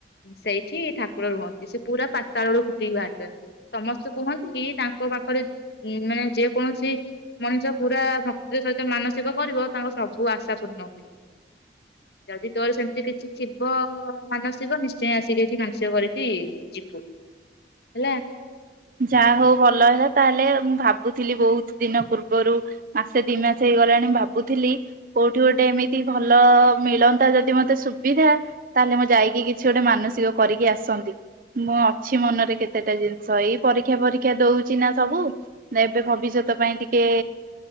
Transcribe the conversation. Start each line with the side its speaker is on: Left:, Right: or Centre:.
Left: ସେଇଠି ଠାକୁର ରୁହନ୍ତି। ସେ ପୁରା ପାତାଳରୁ ଫୁଟିକି ବାହାରିଛନ୍ତି। ସମସ୍ତେ କୁହନ୍ତି କି ତାଙ୍କ ପାଖରେ ମାନେ ଯେ କୌଣସି ମଣିଷ ପୁରା ଭକ୍ତିର ସହିତ ମାନସିକ କରିବ ତାଙ୍କ ସବୁ ଆଶା ପୂର୍ଣ୍ଣ ହୁଏ। ଯଦି ତର ସେମିତି କିଛି ଥିବ ମାନସିକ ନିଶ୍ଚୟ ଆସିକି ଏଠି ମାନସିକ କରିକି ଯିବୁ ହେଲା।
Right: ଯାହା ହଉ ଭଲ ହେଲା ତାହେଲେ ମୁଁ ଭାବୁଥିଲି ବହୁତ ଦିନ ପୂର୍ବରୁ ମାସେ ଦି ମାସେ ହେଇଗଲାଣି ଭାବୁଥିଲି କୋଉଠି ଗୋଟେ ଏମିତି ଭଲ ମିଳନ୍ତା ଯଦି ମତେ ସୁବିଧା ତାହେଲେ ମୁଁ ଯାଇକି କିଛି ଗୋଟେ ମାନସିକ କରିକି ଆସନ୍ତି। ମୁଁ ଅଛି ମନରେ କେତେଟା ଜିନିଷ ଏଇ ପରୀକ୍ଷା-ପରୀକ୍ଷା ଦଉଛି ନା ସବୁ। ଏବେ ଭବିଷ୍ୟତ ପାଇଁ ଟିକେ